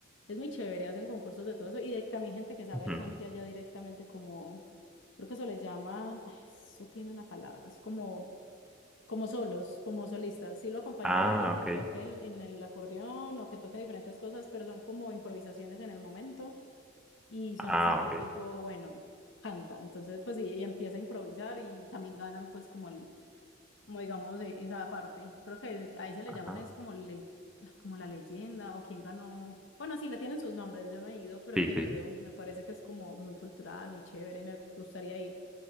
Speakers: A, on the left; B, in the centre.
A: Es muy chévere, hacen concursos de todo eso y de, también gente que salga
B: Ujú.
A: y cante allá directamente como, creo que eso les llaman, <sighs> eso tiene una palabra, es como como solos, como solistas. Sí lo acompaña
B: Ah,
A: alguien que
B: ok.
A: toque el- en el acordeón o que toque diferentes cosas, pero son como improvisaciones en el momento y son
B: Ah,
A: así, son
B: ok.
A: tipo, bueno, canta. Entonces, pues sí, ella empieza a improvisar y también ganan pues como el, como digamos, e- esa parte. Creo que ahí se le
B: Ajá.
A: llaman es como, le, ay, como la leyenda o quién ganó. Bueno, sí, le tienen sus nombres, yo no he ido, pero
B: Sí,
A: he querido.
B: sí.
A: Me parece que es como muy cultural, muy chévere, me gustaría ir.